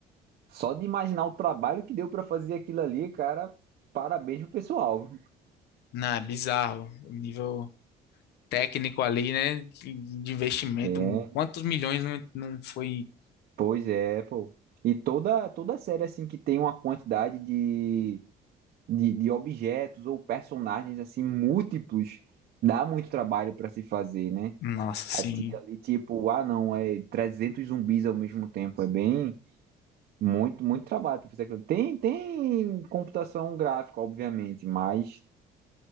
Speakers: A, on the right; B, on the left.
A: Só de imaginar o trabalho que deu pra fazer aquilo ali, cara, parabéns pro pessoal.
B: Não, é bizarro. O nível técnico ali, né, de de investimento,
A: É,
B: quantos milhões não, não foi,
A: pois é, pô. E toda toda série assim que tem uma quantidade de, de, de objetos ou personagens assim múltiplos, dá muito trabalho pra se fazer, né?
B: nossa, assim,
A: A tia ali tipo, ah não, é 300 zumbis ao mesmo tempo, é bem muito muito trabalho pra fazer aquilo. Tem tem computação gráfica, obviamente, mas